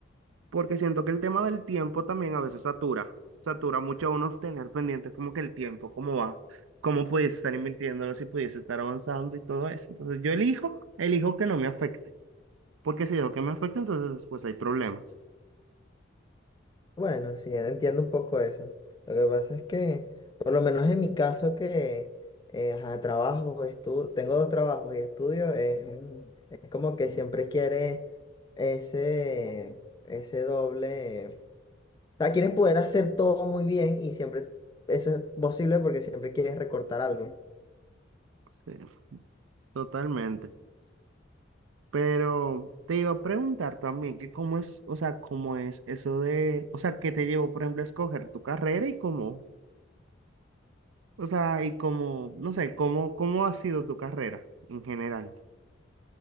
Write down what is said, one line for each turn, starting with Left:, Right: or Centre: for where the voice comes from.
Right: Porque siento que el tema del tiempo también a veces satura, satura mucho a uno tener pendiente como que el tiempo, cómo va, cómo pudiese estar invirtiéndolo, si pudiese estar avanzando y todo eso. Entonces yo elijo, elijo que no me afecte, porque si dejo que me afecte, entonces después hay problemas.
Left: Bueno, sí, entiendo un poco eso. Lo que pasa es que, por lo menos en mi caso, que eh, ajá, trabajo, estudio, tengo dos trabajos y estudio, es, un- es como que siempre quieres ese, ese doble. O sea, quieres poder hacer todo muy bien y siempre eso es posible porque siempre quieres recortar algo.
Right: Sí, totalmente. Pero te iba a preguntar también que cómo es, o sea, cómo es eso de, o sea, qué te llevó, por ejemplo, a escoger tu carrera y cómo, o sea, y cómo, no sé, cómo, cómo ha sido tu carrera en general.